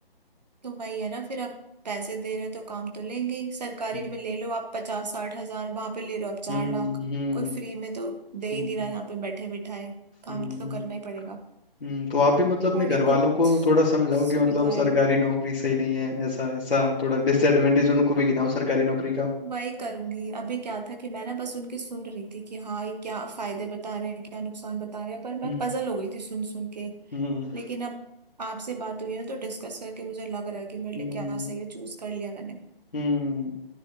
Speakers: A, on the right; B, on the left.
A: तो भाई है ना फिर आप पैसे दे रहे हैं तो काम तो लेंगे ही सरकारी
B: हम्म
A: में ले लो आप पचास साठ हजार वहां पे ले रहे हो आप चार
B: हम्म
A: लाख
B: हम्म
A: कोई फ्री में तो दे
B: हम्म
A: ही नहीं रहा यहाँ पे बैठे बिठाए काम
B: हम्म,
A: तो करना ही पड़ेगा
B: हम्म तो आप भी मतलब
A: थोड़ी
B: अपने घर
A: बहुत
B: वालों को थोड़ा समझाओ
A: सुविधाएं
B: कि मतलब सरकारी नौकरी सही नहीं है ऐसा ऐसा थोड़ा डिसएडवांटेज उनको भी गिनाओ सरकारी नौकरी का
A: वही करूंगी अभी क्या था कि मैं ना बस उनकी सुन रही थी कि हाँ ये क्या फायदे बता रहे हैं क्या नुकसान बता रहे हैं पर
B: हम्म
A: मैं पजल हो गई थी सुन सुन के
B: हम्म
A: लेकिन अब आपसे बात हुई है ना तो डिस्कस करके मुझे लग रहा है कि मेरे लिए
B: हम्म
A: क्या सही है चूज कर लिया मैंने
B: हम्म,